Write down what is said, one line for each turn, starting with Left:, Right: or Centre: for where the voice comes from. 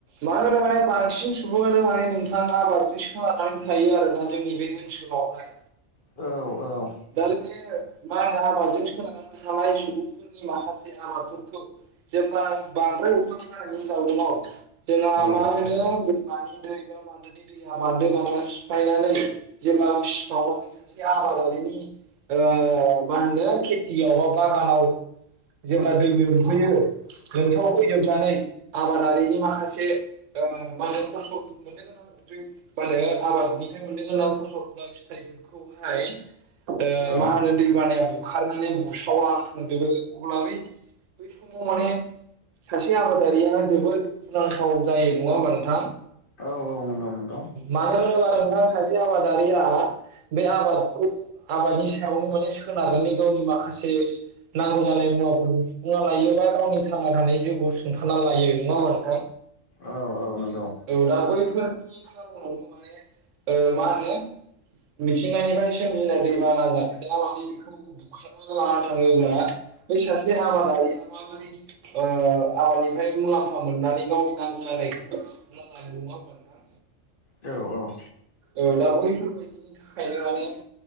Right: माहोनो माने बांसिन सुबुङानो माने नोंथां आबादजों सोनारनानै थायो आरोना जोंनि बे ओनसोलाव आवहाय
Left: औ औ
Right: दाल मे माहोनो आबादजों सोननानै थानाय सुबुंफोर नि माखासे आबादफोरखौ जेब्ला बांद्राय अखा जानायनि जाउनाव जोंहा
Left: औ
Right: मा होनो दैमानि दै बा दैमानि दैया बारदो बना सिफायनानै जों सिफावनानै सासे आबादारिनि ओ मा होनो खेथियाव बा बागानाव जेब्ला दै लोमफैयो लोमसाव फैजोबनानै आबादारिनि माखासे ओ माहोनो खस्थ' मोननो गोनां माहोनो आबादनिफ्राय मोननो गां फसल बा फिथाइफोरखौहाय ओ
Left: औ
Right: मा होनो दै बानाया बुखारनानै बुसावलनानै थांजोबो अब्लाबै बै समाव माने सासे आबादारिया जोबोद दुखुनांथाव जायो नङा होमबा नोंथां
Left: औ औ नंगौ नंगौ
Right: मानो होनोबा नोंथां सासे आबादारिया बे आबादखौ आबादनि सायावनो माने सोनारनानै गावनि माखासे नांगौ जानाय मुवाफोरखौ सुफुंना लायो बा गावनि थांना थानाय जिउखौ सुंथाना लायो नङा होनबा नोंथां
Left: औ औ नोंगौ
Right: औ दा बैफोरनि जाहोनावबो माने ओ मा होनो मिथिंगानिफ्राय सोमजिनाय दैबाना जाथाया माने बेखौ बुखारनाबो लाना थाङोब्ला बै सासे आबादारिया ओ आबादानिफ्राय मुलाम्फा मोननानै गावनि नांगौ जनाय <unintelligible> नङा होनबा नोंथां?
Left: औ औ
Right: एब्ला बैफोरबायदिनि थाखायनो माने